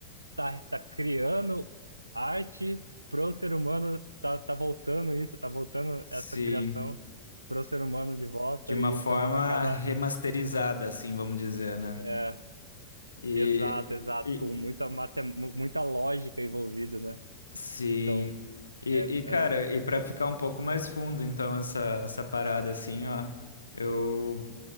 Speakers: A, on the right (about 85°); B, on the left (about 80°).
A: tá, tá criando arte pro ser humano, tá, tá voltando isso, tá voltando
B: sim,
A: essa criação pro ser humano de volta
B: de uma
A: e
B: forma
A: o ser humano acaba,
B: remasterizada, assim, vamos dizer, né?
A: é,
B: E,
A: exato, exato,
B: e
A: com muita, mate, mu- muita lógica envolvida, né?
B: sim,
A: Então,
B: e,
A: é,
B: e, cara,
A: é,
B: e para ficar um pouco mais fundo, então, essa, essa parada, assim, ó, eu,